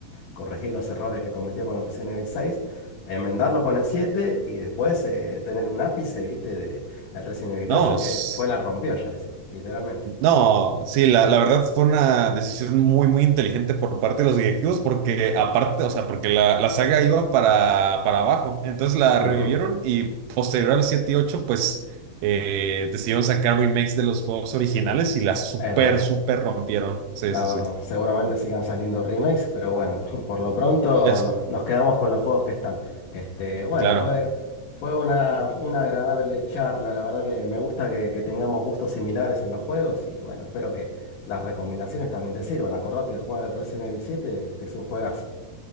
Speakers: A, on the left; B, on the right.
A: corregir los errores que cometió con el Resident Evil 6, enmendarlo con el 7 y después eh, tener un ápice, viste, de el Resident Evil
B: No,
A: 8 que
B: s-
A: fue la rompió ya ese, literalmente.
B: no, sí, la, la verdad fue una decisión muy, muy inteligente por parte de los directivos porque aparte, o sea, porque la, la saga iba para, para abajo, entonces la
A: Ujú,
B: revivieron y posterior al 7 y 8 pues eh, decidieron sacar remakes de los juegos originales y la súper,
A: Es verdad,
B: súper rompieron. Sí,
A: la
B: sí,
A: verdad.
B: sí.
A: Seguramente sigan saliendo remakes, pero bueno, <laughs> por lo pronto
B: Es
A: nos, nos quedamos con los juegos que están. Este, bueno,
B: claro.
A: fue, fue una, una agradable charla. La verdad que me gusta que, que tengamos gustos similares en los juegos y bueno, espero que las recomendaciones también te sirvan. Acordate de jugar el Resident Evil 7, que es un juegazo.